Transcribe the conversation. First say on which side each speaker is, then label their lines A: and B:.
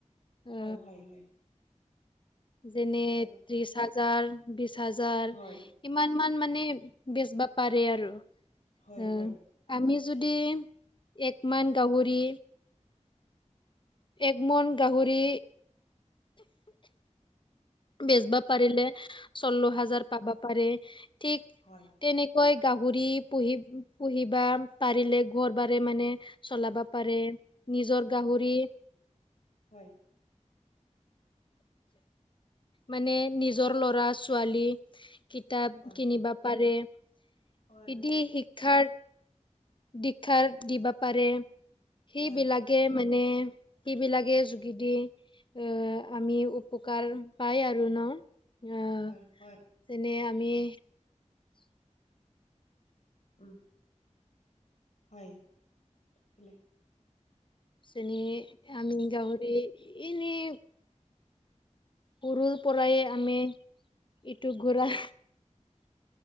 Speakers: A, on the left; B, on the left.
A: অ
B: হয় হয় হয়,
A: যেনে
B: হয়,
A: ত্ৰিশ হাজাৰ বিশ হাজাৰ
B: হয়,
A: কিমান মান মানে বেচ বা পাৰে আৰু
B: হয়,
A: উম
B: হয়,
A: আমি যদি একমান গাহৰি এগমন গাহৰি, বেচব পাৰিলে চল্ল হাজাৰ পাবা পাৰে ঠিক
B: হয়।
A: তেনে কয় গাহৰি পুহি পুহিবা পাৰিলে ঘৰ বাৰে মানে চলাবা। পাৰে নিজৰ গাহৰি।
B: হয়,
A: মানে নিজৰ ল'ৰা ছোৱালী কিতাপ
B: হয়,
A: কিনিব- পাৰে নীতি
B: হয়,
A: শিক্ষাৰ দীক্ষাৰ দিব পাৰে সেইবিলাক।
B: হয়,
A: তে মানে সেইবিলাকে যোগেদি এ আমি উপকাৰ পায় আৰু ন। আহ
B: হয় হয়,
A: যেনে আমি <inaudible>
B: উম হয় উম
A: যেনে আমি গাহৰি এনেই সৰুৰ পৰাই আমি ইটো ঘৰা,